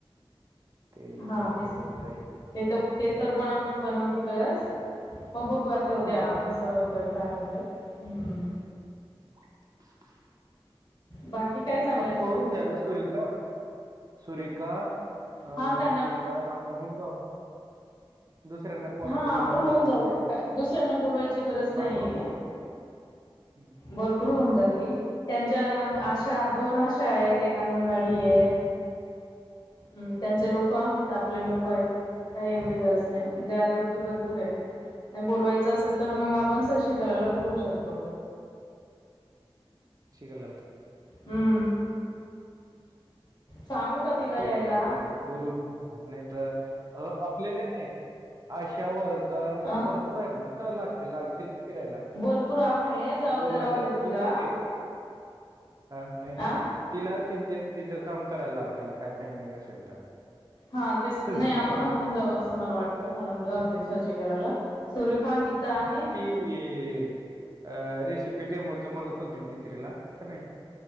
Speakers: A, on the right; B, on the left.
A: ते
B: हा
A: एक
B: तेच
A: होऊन जाईल
B: ते तर ते तर बनव बनवतीलच मग बघू आता. ते उद्या
A: हं.
B: कस होतय काय होतय. हम्म
A: <inaudible>
B: बाकी काय चाललंय
A: अफ करून
B: सर
A: घ्या ना सुरिता. सुरिका अ
B: हा त्यांना
A: गी तर आपण होऊन जाऊ ना. दुसऱ्यांना कोणाला
B: हा
A: बोलवायची
B: आपण होऊन
A: गरज
B: जाऊ
A: नाही ना.
B: का दुसऱ्यांना बोलवायची गरज नाहीये
A: भरपूर होऊन जाईल. <inaudible>
B: भरपूर होऊन जातील. त्यांच्या आशा दोन आशा आहेत. एक अंगणवाडी आहे. हम्म त्यांचे लोक आहेत. आपले लोक आहेत. काही एवढी गरज नाही. द्या दोघी भरपूर आहे. बोलवायच असेल तर मग आपण शशिकलाला बोलवू शकतो.
A: <unintelligible>
B: हम्म सांगू का तिला. यायला
A: बोलायच बोलून नाही तर आपले नाही आशावर कारण असे
B: अं,
A: भरपूर आहेत ना. का लागतील लागतील फिरायला
B: भरपूर आहे जाऊ
A: बोलवायच
B: दे राहू दे तिला
A: बोलवून घे. हा नाही ना.
B: आ
A: तिला ति तिच काम करायला लाव तिला काय पेंडिंग असेल तर.
B: हा तेच
A: सजिकल
B: नाही आपण
A: आहे
B: होऊन जाऊ अस मला वाटत. म्हणून राहू दे. शशिकलाला सुरेखा, गीता आहे.
A: ये अ रेसिपी डेमोच म्हणत होती ना तीतरीला. का नाही.